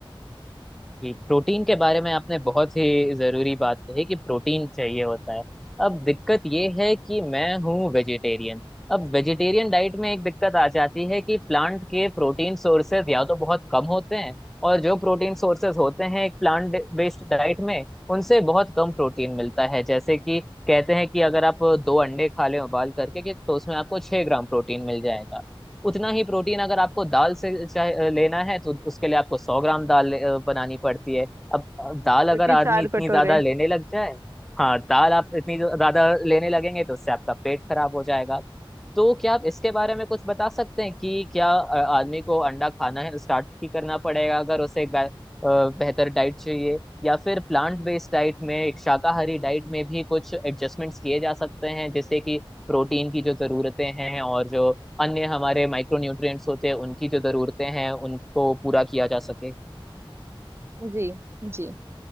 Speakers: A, in the centre; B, on the right.
A: कि प्रोटीन के बारे में आपने बहुत ही जरूरी बात कही कि प्रोटीन चाहिए होता है अब दिक्कत ये है कि मैं हूँ वेजिटेरियन अब वेजिटेरियन डाइट में एक दिक्कत आ जाती है कि प्लांट के प्रोटीन सोर्सेज या तो बहुत कम होते हैं और जो प्रोटीन सोर्सेज होते हैं एक प्लांट बेस्ड डाइट में उनसे बहुत कम प्रोटीन मिलता है जैसे कि कहते हैं कि अगर आप दो अंडे खा लें उबाल करके कि तो उसमें आपको छह ग्राम प्रोटीन मिल जाएगा उतना ही प्रोटीन अगर आपको दाल से चाहे लेना है तो उसके लिए आपको सौ ग्राम दाल ले- अ, बनानी पड़ती है अब दाल
B: जो
A: अगर
B: कि
A: आदमी
B: चार
A: इतनी
B: कटोरे
A: ज्यादा लेने लग जाए हाँ दाल आप इतनी ज्यादा लेने लगेंगे तो उससे आपका पेट खराब हो जाएगा तो क्या आप इसके बारे में कुछ बता सकते हैं कि क्या अ, आदमी को अंडा खाना है स्टार्ट ही करना पड़ेगा अगर उसे एक बे- अ, बेहतर डाइट चाहिए या फिर प्लांट बेस्ड डाइट में एक शाकाहारी डाइट में भी कुछ एडजस्टमेंट्स किए जा सकते हैं जैसे कि प्रोटीन की जो जरूरतें हैं और जो अन्य हमारे माइक्रो न्यूट्रिएंट्स होते हैं उनकी जो जरूरतें हैं उनको पूरा किया जा सके
B: जी जी